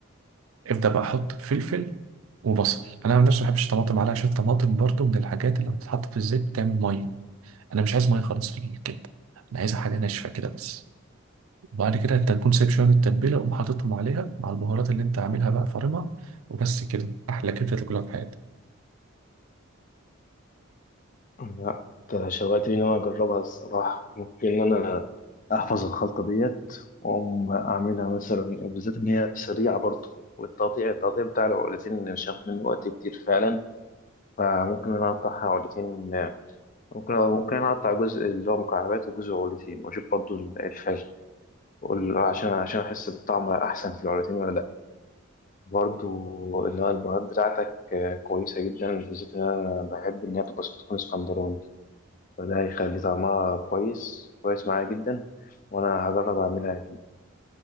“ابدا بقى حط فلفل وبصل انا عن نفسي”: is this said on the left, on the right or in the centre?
Right